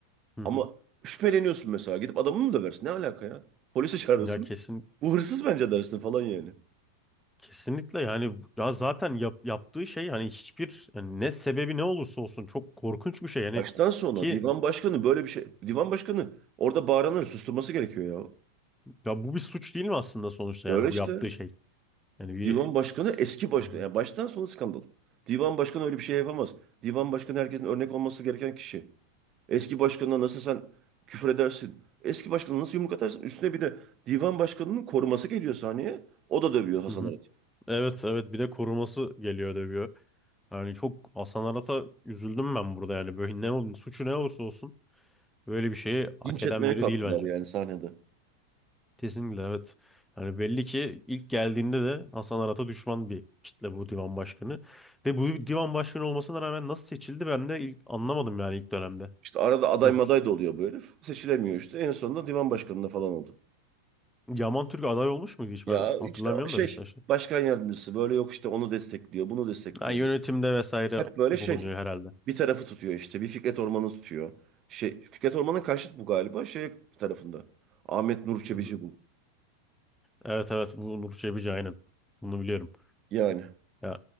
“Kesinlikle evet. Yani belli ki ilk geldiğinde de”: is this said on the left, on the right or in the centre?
Centre